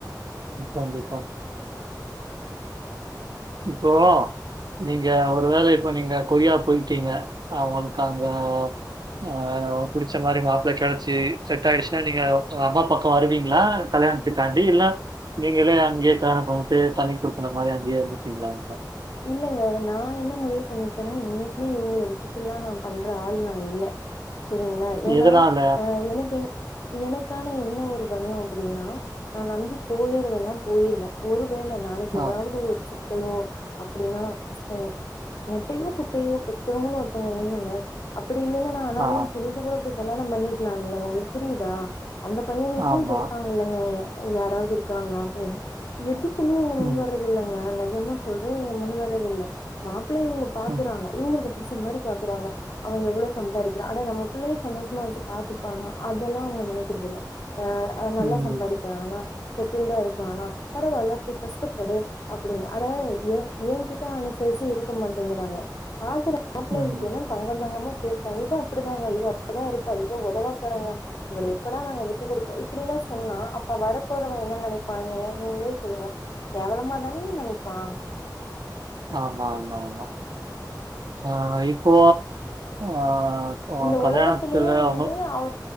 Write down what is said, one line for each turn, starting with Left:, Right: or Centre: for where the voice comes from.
Right: ம் கண்டிப்பா இப்போ நீங்க ஒ ஒரு வேல இப்ப நீங்க கொரியா போயிட்டீங்க அவங்களுக் அங்க ஆ புடிச்ச மாரி மாப்பள்ள கெடச்சி செட் ஆயிடுச்சுன்னா நீங்க அம்மா பக்கோ வருவீங்களா கல்யாண் த்துக்காண்டி இல்ல நீங்களே அக்கியே காரண <inaudible> தனிக்குடுத்துனோ மாரி அங்கேயே இருந்துப்பீங்களா அங்க
Left: இல்லங்க நான் என்ன முடிவு பண்ணிருக்கேன்னா இன்னைக்குமே இவங்கள விட்டுட்டுலாம் நான் பண்ற ஆள் நான் இல்ல செரிங்களா ஏன்னா
Right: எதனால?
Left: அஹ எனக்கு என் எனக்கான என்ன ஒரு பயம் அப்படின்னா நான் நம்பி போயிருந்தேனா போயிருவேன் ஒருவேளை நாளைக்கு
Right: ஆ.
Left: ஏதாவது ஒரு சிக்கலோ அப்படின்னா அஹ் நெட்டையோ குட்டையோ பெற்றவங்கன்னு ஒருத்தவங்க வேணுங்க அப்படி இல்லனா ஆனாலும்
Right: ஆ.
Left: சொல்லிட்டு கூட இப்ப கல்யாணம் பண்ணிக்கலாம் இல்ல உங்களுக்கு புரியுதா அந்த பையன் வீட்டுலயும்
Right: ஆமா.
Left: கேட்பாங்க இல்லைங்க யாராவது இருக்காங்களா அப்படின்னு எதுக்குமே இங்க முன்
Right: ம்.
Left: வர்றது இல்லைங்க நெஜமா சொல்ல இங்க முன் வரறதில்ல்ல மாப்பிள்ளை இவங்க பாக்குறாங்க
Right: ம்.
Left: இவங்களுக்கு பிடிச்ச மாதிரி பாக்குறாங்க அவன் எவ்வளவு சம்பாதிக்கிறான் ஆட நம்ம பிள்ளைய சந்தோஷமா வச்சு பாத்துருப்பானா அதெல்லாம் அவங்க நினைக்கிறதுதில்ல ஆஹ
Right: ம்.
Left: நல்லா சம்பாதிக்க றானா செட்டுல்டு ஆகி இருக்கானா பரவால்ல போய் கஷ்டப்படு அப்படின்னு அதாவ ஏ என்கிட்ட அனுசரிச்சு இருக்க மாட்டேங்கிறாங்க பாக்குற ஆம்பளைக்
Right: ம்.
Left: கிட்டலாம் தங்கந்தங்கமா பேசுறாங் இவ அப்படிதாங்க இவ அப்படிதா இருப்பா இவ உதவாக்கறங்க இவள எப்படா நாங்க விட்டு கொடுப்போம் இப்படிலாம் சொன்னா அப்ப வரப்போறவன் என்ன நெனப்பான் என்னய நீங்களே சொல்லுங்க கேவலமா தானேங்க நினைப்பான்
Right: ஆமா ஆமா மா ஆஹ் இப்போ ஆ அ
Left: இந்த
Right: கல்யாணத்துல
Left: ஓலகத்துலயே வந்து
Right: அவங்க
Left: அவ